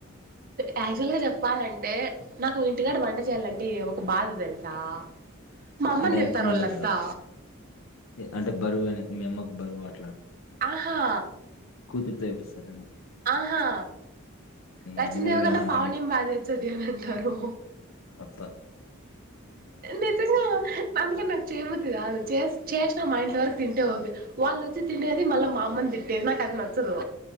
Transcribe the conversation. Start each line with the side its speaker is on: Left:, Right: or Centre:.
Right: యాక్చువల్ గా చెప్పాలంటే నాకు ఇంటికాడ వంట చేయాలం టే ఒక బాధ తెలుసా మా అమ్మని
Left: అంటే
Right: తిడతారు
Left: ఎక్కువ మంది
Right: వాళ్లంతా
Left: ఉంటారా అంటే బరువుని మిమ్మకు బరువు అ
Right: ఆహా
Left: కూతురుతో చేపిస్తారండి
Right: ఆహా రచిన
Left: అన్ని నెలలు
Right: దేవి కన్నా
Left: అంటే
Right: పావణ్యం
Left: ఇంక-
Right: బాగా వచ్చది అని అంటారు
Left: అబ్బా
Right: నిజంగా అందుకె న చెయ్ బుద్ది కాదు చెస్ చెస్ మా ఇంట్లో వరకు తింటే వాళ్ళుచ్చి తినేది మళ్ళా మా అమని తిట్టేది నాకు అది నచ్చదు